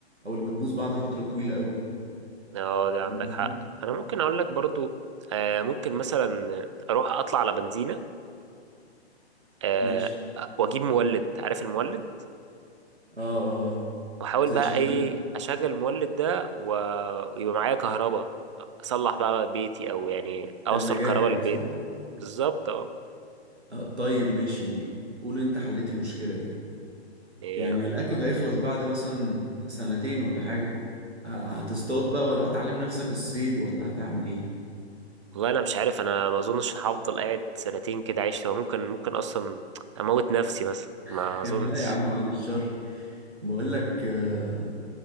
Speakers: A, on the right; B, on the right.
A: او اللي بتبوظ بعد فترة طويلة قوي
B: اه دي عندك
A: فاهم قصدي؟
B: حق انا ممكن اقول لك برضو آه ممكن مثلا اروح اطلع على بنزينه آه
A: ماشي
B: واجيب مولد عارف المولد
A: اه اه آه.
B: واحاول
A: تشغل
B: بقى ايه اشغل المولد ده و- ويبقى معايا كهرباء اصلح بقى بيتي او يعني اوصل
A: ثلاجات
B: كهرباء
A: بقى
B: للبيت
A: صح
B: بالظبط اه
A: آه طيب ماشي يعني قول انت حليت المشكلة دي
B: إيه،
A: يعني الأكل هيخلص بعد مثلا سنتين ولا حاجة ه- هتصطاد بقى ولا هتعلم نفسك الصيد ولا هتعمل ايه
B: والله انا مش عارف انا ما اظنش هفضل قاعد سنتين كده عايش لو ممكن ممكن اصلا اموت نفسي مثلا ما
A: <laughs>
B: اظنش
A: لا يا عم بعد الشر بقول لك آه،